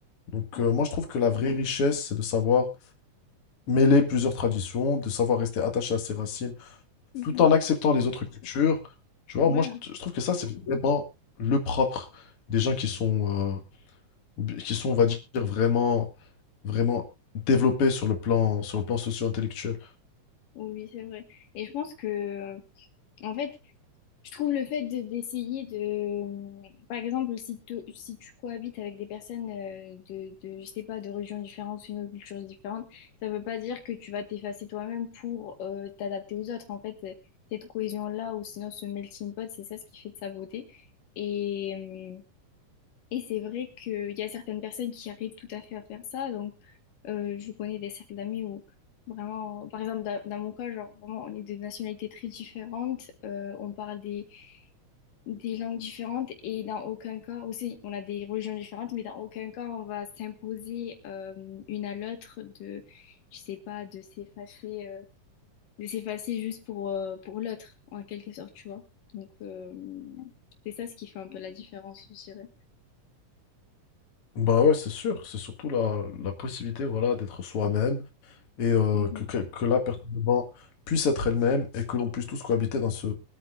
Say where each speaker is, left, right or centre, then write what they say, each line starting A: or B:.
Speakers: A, on the left; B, on the left.
A: Donc,
B: Oh,
A: euh, moi, je trouve que la vraie richesse, c'est de savoir mêler plusieurs traditions, de savoir rester attaché à ses racines,
B: mhm.
A: tout en acceptant les autres cultures. Tu vois,
B: Ouais.
A: moi,
B: hein.
A: je, je trouve que ça, c'est vraiment le propre des gens qui sont, euh, bi- qui sont, on va dire, vraiment, vraiment développés sur le plan, sur le plan socio-intellectuel.
B: oui, oui, c'est vrai. Et je pense que, euh, en fait, je trouve le fait de d'essayer de, mmh, par exemple, si, tu- si tu cohabites avec des personnes euh, de, de, je sais pas, de religions différentes, une culture différente, ça veut pas dire que tu vas t'effacer toi-même pour euh, t'adapter aux autres. En fait, euh, cette cohésion-là, ou sinon ce melting pot, c'est ça ce qui fait de sa beauté. Et, mmh, Et c'est vrai qu'il y a certaines personnes qui arrivent tout à fait à faire ça. Donc, euh, je connais des cercles d'amis où vraiment, par exemple, dans, dans mon cas, genre, vraiment, on est de nationalités très différentes, euh, on parle des, des langues différentes et dans aucun cas, aussi, on a des religions différentes, mais dans aucun cas, on va s'imposer euh, une à l'autre de, je sais pas, de s'effacer, euh, de s'effacer juste pour, euh, pour l'autre, en quelque sorte, tu vois. Donc, euh, c'est ça ce qui fait un peu la différence, je dirais.
A: Bah ouais, c'est sûr, c'est surtout la, la possibilité voilà, d'être soi-même et euh,
B: Mhm.
A: que, que, que la personne devant puisse être elle-même et que l'on puisse tous cohabiter dans ce,